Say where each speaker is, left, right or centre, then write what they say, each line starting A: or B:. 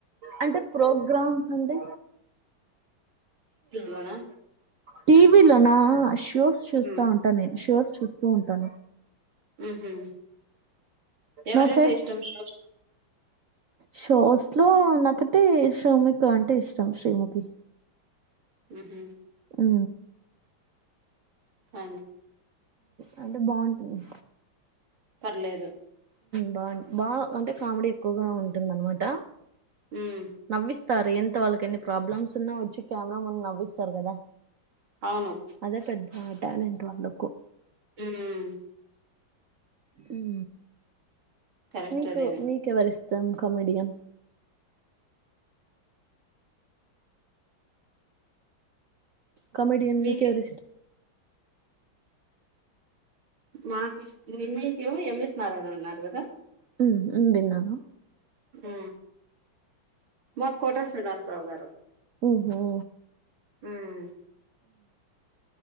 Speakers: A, on the right (about 55°); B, on the right (about 75°).
A: అంటే ప్రోగ్రామ్స్ అంటే
B: వెనా
A: టీవలో నా షూస్ చూస్తా
B: ఉమ్,
A: ఉంటా నేను షూ చూస్తూ ఉంటాను
B: ఆహమ్ ఎవరంట
A: నా సైడ్
B: ఇష్టం చూ
A: షోస్ లో నాకతే షోముక్ అంటే ఇష్టం శ్రీముఖి
B: ఉహ
A: అవు
B: అా
A: అ అంటే బాగుంటుంది
B: పర్లేదు
A: బాగు బాగా అంటే కామెడీ ఎక్కువగా ఉంటుంద అనమాట
B: ఉమ్
A: నవి తార్ ఎంత వాళ్ళకి ఎన్ని ప్రాబ్లమ్స్ ఉన్నా వచ్చి కెమెరా మన్న నవ్విస్తారు కదా
B: అవును
A: అదే పెద్ద మాటలాంటి వాళ్ళకు
B: హామ్
A: హం
B: కరెక్ట్
A: మీకు
B: అదేమి
A: మీకెవరిస్ సమ్ కమమెడియన్ కమెడియన్
B: మీకే
A: మీకెవరిష్టం
B: మాకిష్ నిమయ్ కేమో ఎంఎస్ నారాయణ అన్నారు కదా
A: హామ్ <unintelligible> తిన్నామా
B: ఆ మాకు కోట <unintelligible> శున్నాస బావ గారు
A: ఓహో
B: హం